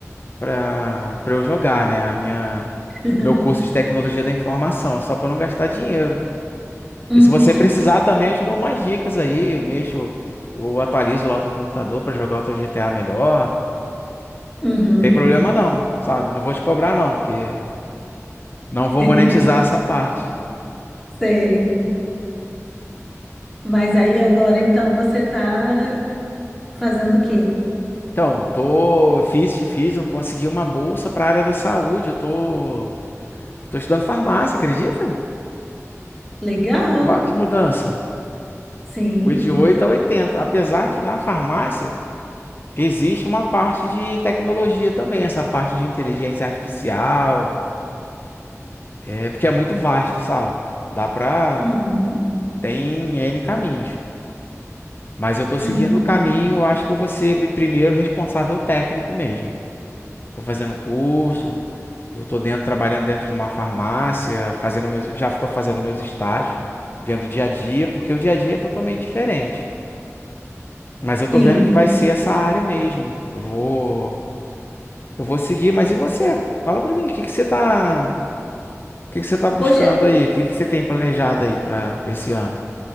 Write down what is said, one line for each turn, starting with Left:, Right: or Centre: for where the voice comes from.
Left: para para eu jogar, né? A minha
Centre: <laughs>
Left: meu curso de tecnologia da informação, é só para não gastar dinheiro.
Centre: Uhum.
Left: E se você precisar também, eu te dou umas dicas aí, eu mexo, eu atualizo lá o teu computador para jogar o teu GTA melhor.
Centre: Uhum.
Left: Não tem problema não, sabe? Não vou te cobrar não, porque não
Centre: <laughs>
Left: vou monetizar essa parte.
Centre: Sei. Mas aí agora então você tá fazendo o quê?
Left: Então, tô fiz fiz, eu consegui uma bolsa para área da saúde, eu tô tô estudando farmácia, acredita?
Centre: Legal.
Left: Ó, que mudança.
Centre: Sim.
Left: Fui de 8 a 80, apesar que na farmácia Existe uma parte de tecnologia também, essa parte de inteligência artificial, é porque é muito vasto, sabe? Dá pra.
Centre: Uhum.
Left: Tem N caminhos. Mas eu tô seguindo
Centre: Uhum.
Left: o caminho, eu acho que eu vou ser primeiro responsável técnico mesmo. Tô fazendo curso, eu tô dentro, trabalhando dentro de uma farmácia, fazendo meus, já tô fazendo meus estágios, vendo o dia a dia, porque o dia a dia é totalmente diferente. Mas eu tô
Centre: Sim.
Left: vendo que vai ser essa área mesmo. Eu vou. Eu vou seguir, mas e você? Fala pra mim, o que que você tá, o que que você tá buscando
Centre: Poxa,
Left: aí? O que que você tem planejado aí pra pra esse ano?